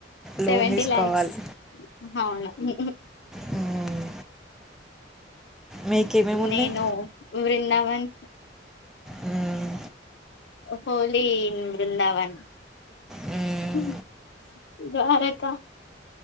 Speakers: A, in the centre; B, on the left.
A: లోన్
B: సెవెంటీ
A: తీసుకోవాలి.
B: లాక్స్ అవును
A: హ్మ్. మీకేమేమున్నాయి?
B: నేను వృందావన్
A: హ్మ్.
B: ఓహోలీ బృందావన్
A: హ్మ్.
B: ఉహ్ ద్వారక